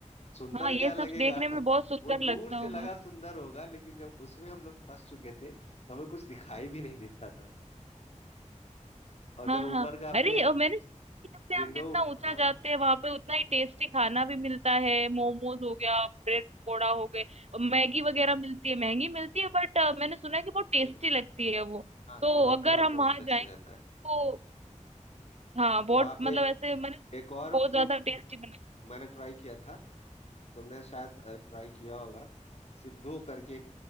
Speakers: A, on the left (about 55°); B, on the right (about 55°).
A: सुंदर
B: हाँ ये
A: क्या
B: सब
A: लगेगा
B: देखने
A: <laughs>
B: में बहुत सुंदर
A: वो दूर
B: लगता
A: से
B: होगा
A: लगा सुंदर होगा लेकिन जब उसमें हम लोग फंस चुके थे तो हमें कुछ दिखाई भी नहीं देता और
B: हाँ
A: जब
B: हाँ
A: ऊपर का आपने
B: अरे और मैंने सुना है कि जैसे
A: विंडो
B: हम जितना ऊंचा
A: हाँ
B: जाते हैं वहां पे उतना ही टेस्टी खाना भी मिलता है मोमोज हो गया ब्रेड पकौड़ा हो गए और मैगी वगैरह मिलती है महंगी मिलती है बट मैंने सुना है कि बहुत टेस्टी
A: ये-
B: लगती है वो
A: हाँ
B: तो
A: थोड़ा
B: अगर
A: थोड़ा
B: हम
A: थोड़ा
B: वहां
A: टेस्ट
B: जाएं
A: रहता है
B: तो हाँ बहुत
A: वहाँ पे
B: मतलब ऐसे मैंने
A: एक और
B: बहुत
A: फूड
B: ज्यादा टेस्टी
A: मैंने ट्राई किया था तुमने शायद ट्राई किया होगा सिद्धू करके एक